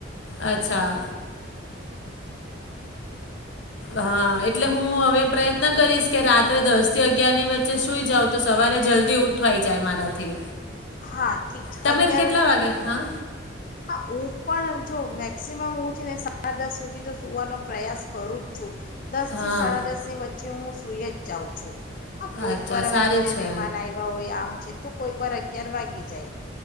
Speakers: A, on the left; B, on the left.
A: અચ્છા હા, એટલે હું હવે પ્રયત્ન કરીશ કે રાત્રે દસ થી અગિયાર ની વચ્ચે સુઈ જાવ તો સવારે જલ્દી ઉઠવાઈ જાય મારાથી
B: હા ઠીક છે,
A: તમે
B: અગિયાર
A: કેટલા વાગે હા
B: હા, હું પણ જો મેક્સિમમ હું છે ને સાડા દસ સુધી તો સુવાનો પ્રયાસ કરું જ છું દસથી
A: હા
B: સાડા દસની વચ્ચે હું સુઈ જ જાઉં છું હા, કોઈક
A: અચ્છા
B: વાર હવે
A: સારું
B: ઘરે
A: છે
B: મહેમાન આવ્યા હોય આમ છે તો કોઈ વાર અગિયાર વાગી જાય